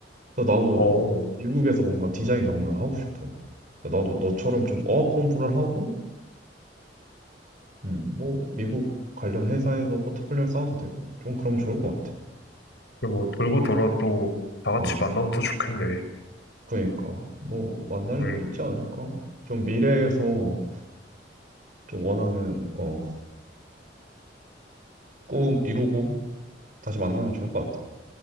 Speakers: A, on the right; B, on the left.
A: 그래서 나도
B: 어,
A: 미국에서 뭔가 디자인 경험을 하고 싶어. 근데 나도 너처럼 좀 어학 공부를 하고, 음, 뭐 미국 관련 회사에서 포트폴리오 쌓아도 되고, 좀 그러면 좋을 것 같아.
B: 그뭐 돌고 돌아 또 다 같이
A: 어,
B: 만나면 또 좋겠네.
A: 그러니까 뭐 만날
B: 응.
A: 일 있지 않을까? 좀 미래에서 좀 원하는 어, 꿈 이루고 다시 만나면 좋을 것 같아.